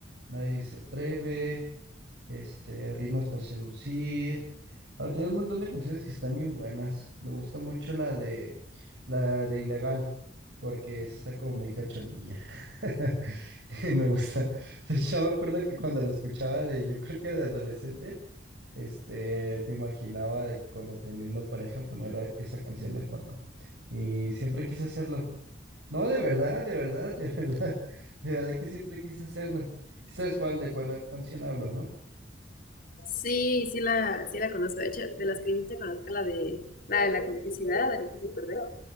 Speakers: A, on the right (about 85°); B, on the left (about 50°).
A: Nadie se atreve este, Rimas para seducir. Ah, tiene un montón de canciones que están bien buenas. Me gusta mucho la de la de Ilegal, porque esa está como muy cachondilla. <laughs> Y me gusta. De hecho, me acuerdo que cuando la escuchaba de, yo creo que de adolescente, este, me imaginaba de que cuando teniendo pareja poner a- esa canción de fondo. Y siempre quise hacerlo. No, de verdad, de verdad, de <laughs> verdad, de verdad que siempre quise hacerlo. ¿Sí ¿Sabes cuál, de cuál canción hablo, no?
B: Sí, sí la, sí la conozco. De hecho, de las que dijiste conozco la de la de la complicidad, ahorita me acordé.